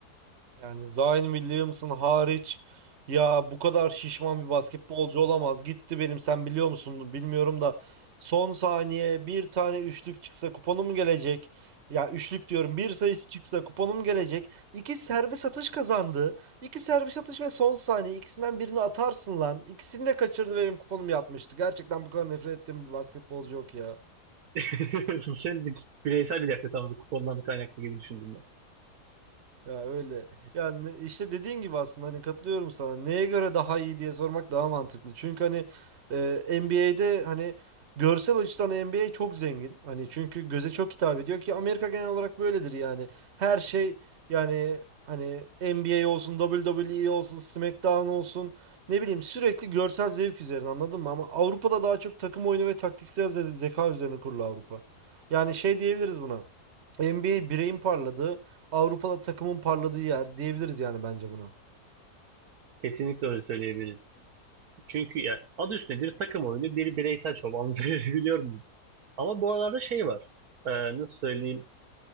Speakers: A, on the right; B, on the right.
A: Yani Zion Williamson hariç ya bu kadar şişman bir basketbolcu olamaz. Gitti benim sen biliyor musun bilmiyorum da son saniye bir tane üçlük çıksa kuponum gelecek. Ya üçlük diyorum bir sayısı çıksa kuponum gelecek. İki serbest atış kazandı. İki serbest atış ve son saniye ikisinden birini atarsın lan. İkisini de kaçırdı ve benim kuponum yapmıştı. Gerçekten bu kadar nefret ettiğim bir basketbolcu yok ya.
B: <laughs> Senin bir- bireysel bir nefret ama kupondan kaynaklı gibi düşündüm ben.
A: Ya öyle. Yani işte dediğin gibi aslında hani katılıyorum sana. Neye göre daha iyi diye sormak daha mantıklı. Çünkü hani e, NBA'de hani görsel açıdan NBA çok zengin. Hani çünkü göze çok hitap ediyor ki Amerika genel olarak böyledir yani. Her şey yani hani NBA olsun, WWE olsun, SmackDown olsun ne bileyim sürekli görsel zevk üzerine anladın mı? Ama Avrupa'da daha çok takım oyunu ve taktiksel ze- zeka üzerine kurulu Avrupa. Yani şey diyebiliriz buna. NBA bireyin parladığı, Avrupa'da takımın parladığı yer diyebiliriz yani bence buna.
B: Kesinlikle öyle söyleyebiliriz. Çünkz Çünkü ya adı üstünde bir takım oyunu, biri bireysel şov. Anlatabiliyor <laughs> Ama bu aralarda şey var. Ee, nasıl söyleyeyim?